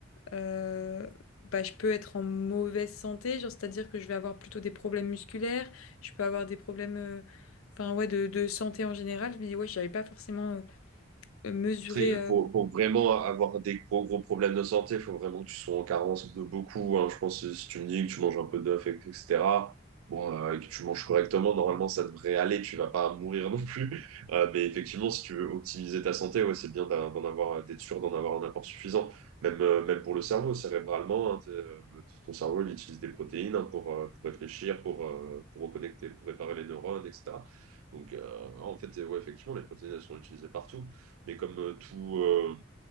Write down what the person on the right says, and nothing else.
Après,
pour, pour vraiment avoir des gros, gros problèmes de santé, il faut vraiment que tu sois en carence de beaucoup. hein. Je pense que si tu me dis que tu manges un peu d'œuf, et- etc., bon, euh, et que tu manges correctement, normalement, ça devrait aller. Tu vas pas mourir non plus. Euh, mais effectivement, si tu veux optimiser ta santé, ouais, c'est bien d'a- d'en avoir, d'être sûr d'en avoir un apport suffisant. Même, euh, même pour le cerveau, cérébralement, hein, t'es, euh, ton cerveau, il utilise des protéines hein, pour, euh, pour réfléchir, pour, euh, pour reconnecter, pour réparer les neurones, etc. Donc, euh, en fait, ouais, effectivement, les protéines, elles sont utilisées partout. Mais comme euh, tout, euh,